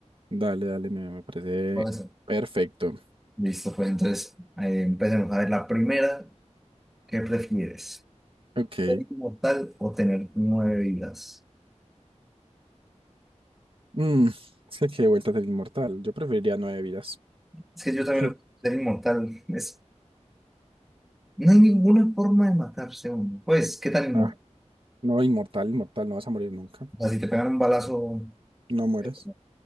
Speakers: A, on the right; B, in the centre.
A: dale, dale, me, me parece
B: Vale, sí.
A: perfecto.
B: Listo, pues entonces eh, empecemos. A ver, la primera, ¿qué prefieres?
A: Ok.
B: ¿Ser inmortal o tener nueve vidas?
A: Mm, sé que vuelta del inmortal. Yo preferiría nueve vidas.
B: Es que yo también
A: <laughs>
B: lo es inmortal. Es, no hay ninguna forma de matarse uno. Pues, ¿qué tal inmortal?
A: Ah, no, inmortal, inmortal, no vas a morir nunca.
B: O sea, si te pegan un balazo.
A: No mueres.
B: eh,